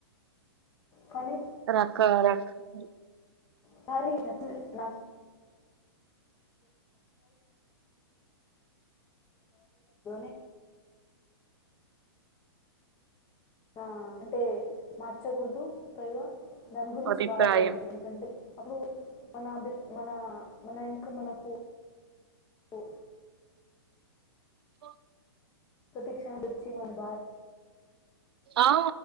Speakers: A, on the left; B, on the right.
A: కనీ
B: రక రకాలు
A: సారీ నచ్చలె నాక్ <inaudible> <inaudible> ఆ
B: చె
A: మార్చకూడదు పైగా దాని గురించి
B: అభిప్రాయం
A: బాధపడకూడదు ఎందుకంటే అప్పుడు మన అభి మన మన ఎందుకు మనకు కు
B: వా
A: ప్రతీక్షనం <unintelligible> మా
B: అ